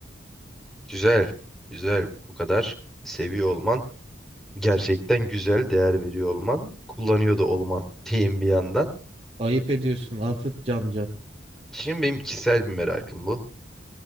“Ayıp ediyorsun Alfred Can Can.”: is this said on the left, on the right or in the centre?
Right